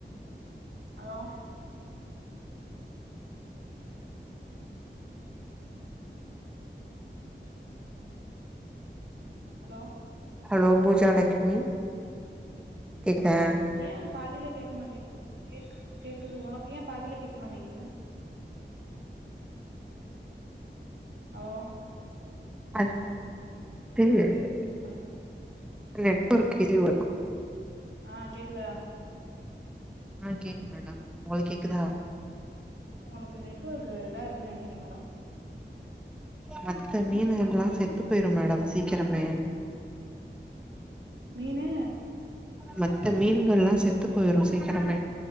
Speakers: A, on the right; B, in the centre.
A: hello hello
B: hello Poojalakshmi கேக்குதா
A: ஏ பாதியில் கேட்க மாட்டேங்குது கேக் கேட்குது உனக்கு ஏ பாதியில கேட்க மாட்டேங்குது ஹலோ
B: அ <unintelligible>
A: ஹலோ
B: நெட் ஒர்க் இதுவருக்கு
A: ஆ கேக்குதா
B: ஆ கேக்குது மேடம் உங்களுக்கு கேக்குதா
A: உங்களுக்கு நெட்ஒர்க் இத இருக்குன்னு நெனைக்கிறே மேடம்
B: மத்த மீன்கள்ல்லாம் செத்து போயிரும் மேடம் சீக்கிரமே
A: மீனு
B: மத்த மீன்கள் எல்லா செத்து போயிரும் சீக்கிரமே